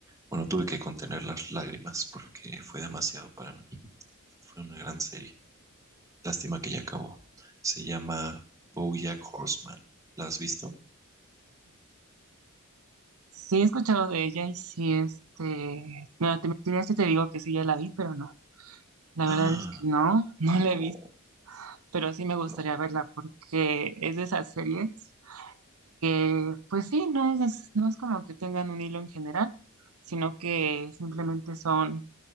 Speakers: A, on the right; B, on the right.
A: bueno, tuve que contener las lágrimas porque fue demasiado para mí. Fue una gran serie. Lástima que ya acabó. Se llama BoJack Horseman. ¿La has visto?
B: Sí, he escuchado de ella y sí, este... No, te mentiría si te digo que sí, ya la vi, pero no. La
A: ¡Ah!
B: verdad es que no, <laughs> no
A: No,
B: la he visto. Pero sí me gustaría
A: no,
B: verla porque es de esas series que, pues sí, no es, no es como que tengan un hilo en general, sino que simplemente son...